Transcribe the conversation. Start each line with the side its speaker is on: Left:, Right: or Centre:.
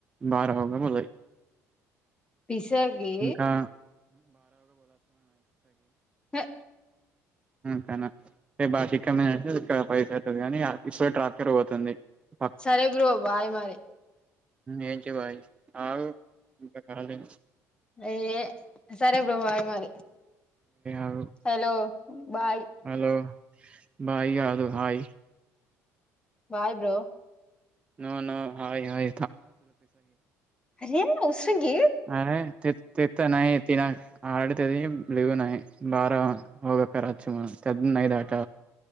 Right: బారగా బ
Left: పిసగి
Right: ఇంకా
Left: హే
Right: కా టె బాగా చికెన్ తినేసి క పైసైతది కానీ ఇప్ప ట్రాక్టర్ పోతుంది ప
Left: సరే బ్రో బాయ్ మరి
Right: ఏంటి బాయ్ ఆగు ఇంకా కాలే
Left: ఏ సరే బ్రో బాయ్ మరి
Right: ఆగు
Left: హలో బాయ్
Right: హలో బాయ్ కాదు hi
Left: bye bro
Right: no no hi hi
Left: అరే ఉసృంగీ
Right: అరే తె తెన్నా తిన ఆడతేది లేలివునయి బారా హగక్కచ్చుమా తద్ద నైదు ఆట